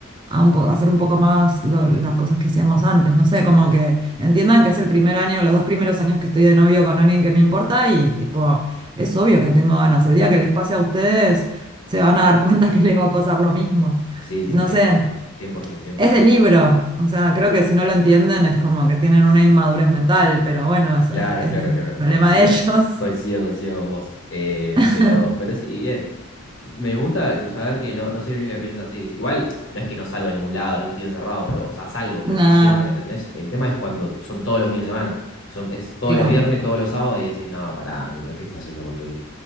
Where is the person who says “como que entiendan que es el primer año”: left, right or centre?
Right